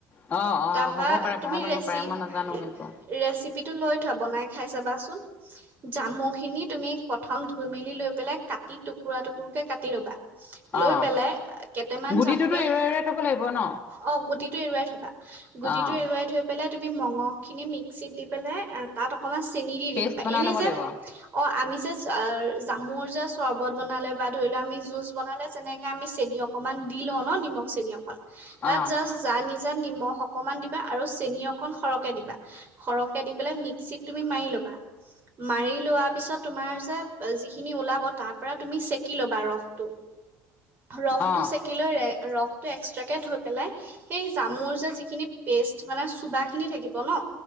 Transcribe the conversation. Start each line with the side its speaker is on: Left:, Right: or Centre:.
Left: অ', অ',
Right: তাৰপা
Left: হ'ব পাৰে
Right: তুমি
Left: ভাল হ'ব
Right: ৰেচি
Left: পাৰে মই নাজানো
Right: ৰেচিপিটো
Left: কিন্তু
Right: লৈ থোৱা, বনাই খাই চাবাচোন। জামুখিনি তুমি প্ৰথম ধুই মেলি লৈ পেলাই কাটি টুকুৰা টুকুৰকে কাটি ল'বা। লৈ
Left: অ',
Right: পেলাই কেইটামান
Left: গুটিটোতো
Right: জামোলৈ
Left: এৰুৱাই এৰুৱাই থ'ব লাগিব ন?
Right: অ গুটিটো এৰুৱাই থবা, গুটিটো
Left: অ',
Right: এৰুৱাই থৈ পেলাই তুমি মঙহখিনি মিক্সিত দি পেলাই এ তাত অকমান চেনি দি
Left: পেষ্ট
Right: দিবা
Left: বনাই
Right: এনে
Left: ল'ব
Right: যে
Left: লাগিব
Right: অ আমি যে জাৰ জামুৰ জা চৰ্বত বনালে বা ধৰি লও আমি জুচ বনালে যেনেকে আমি চেনি অকণমান দি লওঁ ন নিমখ, চেনি অকণমান। তাত
Left: অ',
Right: যাষ্ট যা নিজা নিমখ অকনমান দিবা আৰু চেনি অকন সৰহকে দিবা। সৰহকে দি পেলাই মিক্সিত তুমি মাৰি লবা। মাৰি লোৱা পিছত তোমাৰ যে এ যিখিনি ওলা ব তাৰ পৰা তুমি সেকি লবা ৰসটো, ৰসটো
Left: অ',
Right: সে কি লৈ ৰসটো এক্সট্ৰাকে ধৈ পেলাই সেই জামুৰ যে যিখিনি পেষ্ট মানে চুবাখিনি থাকিব ন